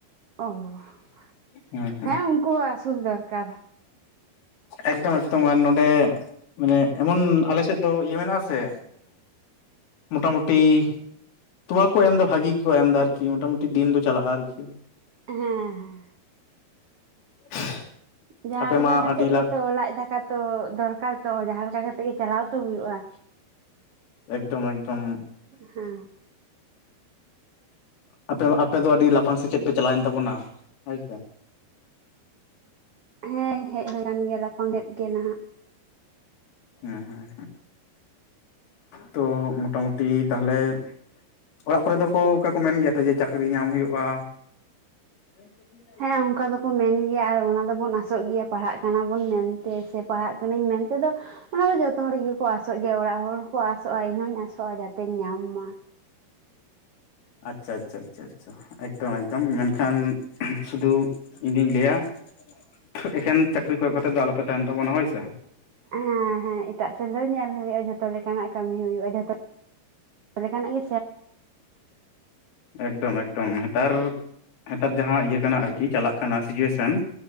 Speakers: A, on the right; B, on the left.
A: ᱚᱦᱸ
B: ᱦᱮᱸ ᱦᱮᱸ
A: ᱩᱱᱠᱩ ᱦᱚ ᱟᱹᱥᱩᱞ ᱫᱚᱨᱠᱟᱨ
B: ᱮᱠᱫᱚᱢ ᱮᱠᱫᱚᱢ ᱟᱨ ᱱᱚᱰᱮ ᱢᱟᱱᱮ ᱮᱢᱚᱱ ᱟᱞᱮᱼᱼ ᱥᱮᱫ ᱫᱚ ᱤᱭᱟᱹ ᱢᱮᱱᱟᱜ ᱟᱥᱮ ᱢᱚᱴᱟᱢᱩᱴᱤ ᱛᱚᱣᱟ ᱠᱚ ᱮᱢ ᱮᱫᱟ ᱵᱷᱟᱜᱤ ᱜᱮᱠᱚ ᱮᱢ ᱮᱫᱟ ᱟᱨᱠᱤ ᱢᱚᱴᱟᱢᱩᱴᱤ ᱫᱤᱱ ᱫᱚ ᱪᱟᱞᱟᱜᱼᱟ ᱟᱨᱠᱤ᱾
A: ᱦᱮᱸ ᱦᱮᱸ
B: <inaudible>
A: ᱡᱟᱦᱟᱸ
B: ᱟᱯᱮ
A: ᱞᱮᱠᱟ
B: ᱢᱟ
A: ᱠᱟᱛᱮᱜ
B: ᱟᱹᱰᱤ ᱞᱟᱠᱷ
A: ᱜᱮᱛᱚ ᱞᱟᱡ ᱫᱟᱠᱟ ᱛᱚ ᱫᱚᱨᱠᱟᱨ ᱛᱚ ᱡᱟᱦᱟᱸ ᱞᱮᱠᱟ ᱠᱟᱛᱮᱜ ᱜᱮ ᱪᱟᱞᱟᱣ ᱛᱚ ᱦᱩᱭᱩᱜᱼᱟ᱾
B: ᱮᱠᱫᱚᱢ ᱮᱠᱫᱚᱢ
A: ᱦᱮᱸ
B: ᱟᱯᱮ ᱟᱯᱮ ᱫᱚ ᱟᱹᱰᱤ ᱞᱟᱯᱷᱟᱝ ᱥᱮᱪᱮᱫ ᱯᱮ ᱪᱟᱞᱟᱣᱮᱱ ᱛᱟᱵᱚᱱᱟ ᱦᱳᱭ ᱥᱮ
A: ᱦᱮᱸ ᱦᱮᱡ ᱦᱳᱭ ᱟᱠᱟᱱ ᱜᱮᱭᱟ ᱞᱟᱯᱷᱟᱝ <inaudible> ᱜᱮ <inaudible> ᱱᱟᱦᱟᱜ
B: ᱦᱮᱸ ᱦᱮᱸ ᱛᱚ ᱢᱚᱴᱟᱢᱩᱴᱤ ᱛᱟᱦᱞᱮ ᱚᱲᱟᱜ ᱠᱚᱨᱮ ᱫᱚ ᱠᱚ ᱚᱠᱟ ᱠᱚ ᱢᱮᱱ ᱜᱮᱭᱟ ᱛᱚ ᱡᱮ ᱪᱟᱹᱠᱨᱤ ᱧᱟᱢ ᱦᱩᱭᱩᱜᱼᱟ? <unintelligible>
A: ᱦᱮᱸ ᱚᱱᱠᱟ ᱫᱚᱠᱚ ᱢᱮᱱ ᱜᱮᱭᱟ ᱟᱨ ᱚᱱᱟ ᱫᱚᱵᱚᱱ ᱟᱥᱚᱜ ᱜᱮᱭᱟ ᱯᱟᱲᱦᱟᱜ ᱠᱟᱱᱟ ᱵᱚᱱ ᱢᱮᱱᱛᱮ ᱥᱮ ᱯᱟᱲᱦᱟᱜ ᱠᱟᱱᱟᱱᱟᱹᱧ ᱢᱮᱱᱛᱮ ᱫᱚ᱾ ᱚᱱᱟᱫᱚ ᱡᱚᱛᱚ ᱦᱚᱲ ᱜᱮᱠᱚ ᱟᱥᱚᱜ ᱜᱮᱭᱟ ᱚᱲᱟᱜ ᱦᱚᱲ ᱦᱚᱸᱠᱚ ᱟᱥᱚᱜᱼᱟ ᱤᱧ ᱦᱚᱸᱧ ᱟᱥᱚᱜᱼᱟ ᱡᱟᱛᱮᱧ ᱧᱟᱢ ᱢᱟ᱾
B: ᱟᱪᱪᱷᱟ ᱟᱪᱪᱷᱟ ᱟᱪᱪᱷᱟ ᱟᱪᱪᱷᱟ ᱮᱠᱫᱚᱢ ᱮᱠᱫᱚᱢ ᱢᱮᱱᱠᱷᱟᱱ ᱥᱩᱫᱷᱩ ᱤᱧᱫᱩᱧ ᱞᱟᱹᱭᱟ᱾ ᱛᱷᱩ ᱮᱠᱮᱱ ᱪᱟᱠᱨᱤ ᱠᱚᱭᱚᱜ ᱠᱟᱛᱮ ᱫᱚ ᱟᱞᱚ ᱯᱮ ᱛᱟᱦᱮᱱ ᱛᱟᱵᱚᱱᱟ ᱦᱳᱭ ᱥᱮ?
A: ᱦᱮᱸ ᱦᱮᱸ ᱮᱴᱟᱜ ᱥᱮᱫ ᱫᱚ ᱧᱮᱞ ᱦᱩᱭᱩᱜᱼᱟ ᱡᱷᱚᱛᱚ ᱞᱮᱠᱟᱱᱟᱜ ᱠᱟᱹᱢᱤ ᱦᱩᱭᱩᱜᱼᱟ ᱡᱷᱚᱛᱚ ᱞᱮᱠᱟᱱᱟᱜ <inaudible>
B: ᱮᱠᱫᱚᱢ ᱮᱠᱫᱚᱢ ᱦᱮᱛᱟᱨ ᱦᱮᱛᱟᱨ ᱡᱟᱦᱟᱸ ᱤᱭᱟᱹ ᱠᱟᱱᱟ ᱟᱨᱠᱤ ᱪᱟᱞᱟᱜ ᱠᱟᱱᱟ ᱥᱤᱡᱩᱭᱮᱥᱚᱱ